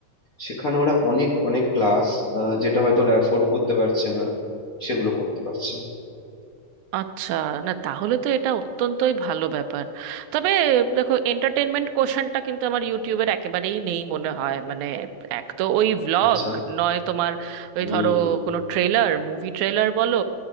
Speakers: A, on the left; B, on the right.
A: সেখানে ওরা অনেক অনেক ক্লাস যেটা হয়তো ওরা অ্যাফোর্ড করতে পারছে না সেগুলো করতে পারছে
B: আচ্ছা না তাহলে তো এটা অত্যন্তই ভালো ব্যাপার তবে দেখো এন্টারটেনমেন্ট কোশ্চেনটা কিন্তু আমার ইউটিউবের একেবারেই নেই মনে হয় মানে এক তো ওই ভ্লগ
A: আচ্ছা
B: নয় তোমার ওই
A: হুম
B: ধরো কোনো ট্রেলার মুভি ট্রেলার বলো